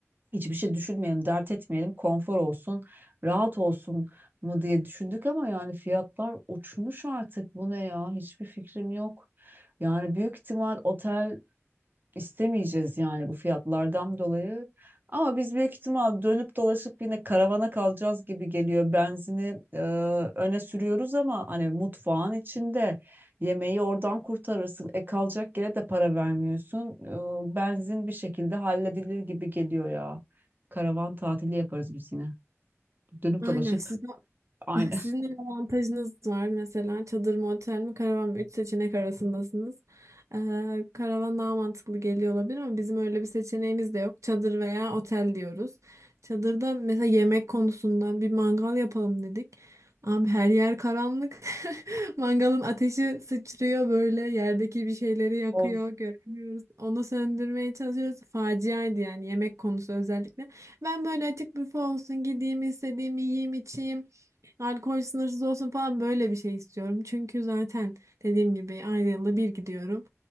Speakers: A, on the right; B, on the right.
A: hiçbir şey düşünmeyelim, dert etmeyelim, konfor olsun, rahat olsun mu diye düşündük ama yani fiyatlar uçmuş artık. Bu ne ya? Hiçbir fikrim yok. Yani büyük ihtimal otel istemeyeceğiz yani bu fiyatlardan dolayı. Ama biz büyük ihtimal dönüp dolaşıp yine karavana kalacağız gibi geliyor. Benzini e, öne sürüyoruz ama hani mutfağın içinde yemeği oradan kurtarırsın. E kalacak yere de para vermiyorsun. E, benzin bir şekilde halledilir gibi geliyor ya. Karavan tatili yaparız biz yine. Dönüp
B: Aynen.
A: dolaşıp
B: Siz <laughs>
A: aynı
B: Sizin de bir avantajınız var mesela çadır mı otel mi karavan mı? Üç seçenek arasındasınız. Ee, karavan daha mantıklı geliyor olabilir ama bizim öyle bir seçeneğimiz de yok. Çadır veya otel diyoruz. Çadırda mesela yemek konusunda bir mangal yapalım dedik. Abi her yer karanlık. <laughs> Mangalın ateşi sıçrıyor böyle yerdeki bir şeyleri yakıyor
A: Of
B: göremiyoruz. Onu söndürmeye çalışıyoruz. Faciaydı yani yemek konusu özellikle. Ben böyle açık büfe olsun gideyim istediğimi yiyeyim içeyim. Alkol sınırsız olsun falan böyle bir şey istiyorum. Çünkü zaten dediğim gibi aynı yılda bir gidiyorum.